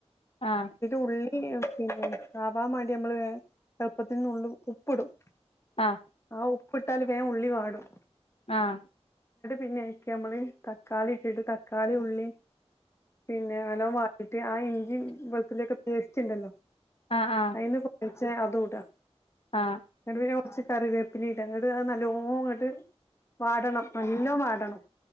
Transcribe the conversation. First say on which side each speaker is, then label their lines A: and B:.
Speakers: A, on the left; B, on the left.
A: ആഹ്
B: ഉള്ളി പിന്നെ ആവാം മാണ്ടി നമ്മള് വേം എൾപ്പത്തിന് നുള്ള് ഉപ്പ്ടും
A: ആഹ്
B: ആ ഉപ്പിട്ടാല് വേം ഉള്ളിവാടും
A: ആഹ്
B: ഇന്നിട്ട് നമ്മള് തക്കാളി ഇട്ടിട്ട് തക്കാളിം ഉള്ളി പിന്നെ നല്ലോം വാട്ടിട്ട് ആ ഇഞ്ചിം വെളുത്തുള്ളിക്കെ പേസ്റ്റുണ്ടല്ലോ
A: ആഹ് ആഹ്
B: അയിന്ന് പോ വച്ചാ അതൂടാ
A: ആഹ്
B: എന്നിട്ട് പിന്നെ കുറച്ച് കറിവേപ്പിലിട എന്ന്ട്ട് അത് നല്ലൊങ്ങ്ട്ട് അങ്ങോട്ട് വാടണം നല്ലോ വാടണം